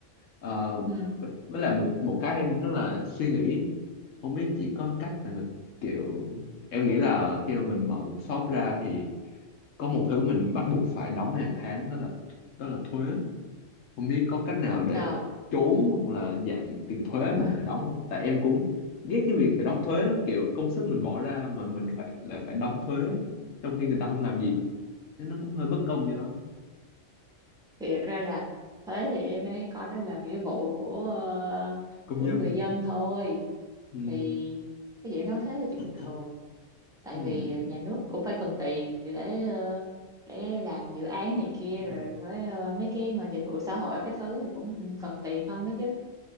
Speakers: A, on the left (about 80°); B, in the centre.
A: Ờ,
B: ừ
A: với, với lại một một cái em rất là suy nghĩ không biết chỉ có cách nào kiểu em nghĩ là khi mà mình mở một shop ra thì có một thứ mình bắt buộc phải đóng hàng tháng đó là đó là thuế không biết có cách nào để
B: ờ
A: trốn hoặc là giảm tiền thuế
B: <laughs>
A: mình phải đóng không tại em cũng ghét cái việc phải đóng thuế lắm, kiểu công sức mình bỏ ra mà mình phải lại phải đóng thuế trong khi người ta không làm gì thế nó cũng hơi bất công cho nó
B: thì thật ra là thế thì em thấy coi đó là nghĩa vụ của ờ,
A: công
B: của
A: dân
B: người dân thôi
A: ừ.
B: thì cái chuyện nói thế là chuyện
A: Ừ.
B: bình thường tại
A: Ừ.
B: vì ờ, nhà nước cũng phải cần tiền để ờ, để làm dự án này kia
A: Ừ.
B: rồi với ờ, mấy cái mà dịch vụ xã hội cái thứ thì cũng ừ, cần tiền không đó chứ